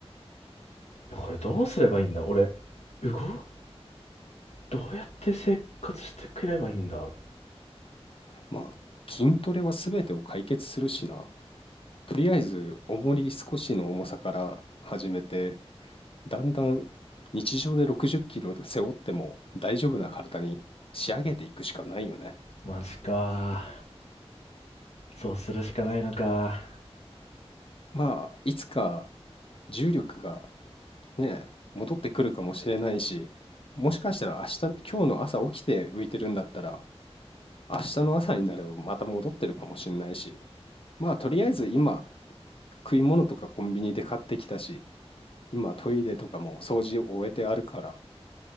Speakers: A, on the left; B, on the left.
A: いや、これどうすればいいんだ俺、動く、どうやって生活してくればいいんだ
B: まあ、筋トレは全てを解決するしな。とりあえず、重り少しの重さから始めて、だんだん日常で60キロ背負っても大丈夫な体に仕上げていくしかないよね。
A: マジか。そうするしかないのか。
B: まあ、いつか重力がね、戻ってくるかもしれないし、もしかしたら明日、今日の朝起きて浮いてるんだったら、明日の朝になればまた戻ってるかもしれないし、まあとりあえず今食い物とかコンビニで買ってきたし、今トイレとかも掃除を終えてあるから、